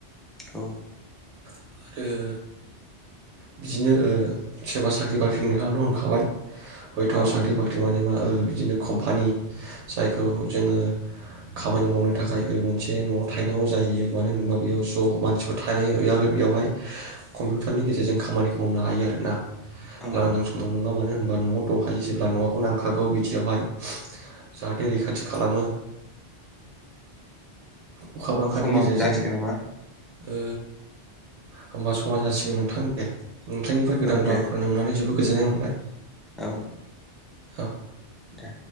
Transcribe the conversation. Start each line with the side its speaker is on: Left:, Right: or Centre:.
Centre: औ।
Right: आरो बिदिनो ओ सोरबा साख्रि बाख्रिनि <unintelligible> हयथ
Centre: औ
Right: साख्रि बाख्रि मोने मा ओ बिदिनो कम्पानि जायखौ जोङो खामानि मावनो थाखाय ओ मोनसे नआव थाहैनांगौ जाहैयो मानो होनोबा बेयाव ज मानसिफोर जेनेबा बेवहाय कम्पिउटारनि गेजेरजों खामानिखौ मावनो हायो आरोना।
Centre: औ
Right: लांदां समाव नङा मानो होनबा। होमबा नआव दंखायो जेब्ला नखौ नांखागौ बिदियावहाय जाहाथे रैखाथि खालामो ओ अखा बांखानि
Centre: समा
Right: गेजेरजों
Centre: जासिगोन नामा?
Right: ओ होमबा समा जासिगोन नोंथां दे। नोंथांनिफाय गोदान
Centre: औ दे
Right: राव खोनानो मोननानै जोबोद गोजोननाय मोनबाय।
Centre: औ।
Right: औ।
Centre: दे।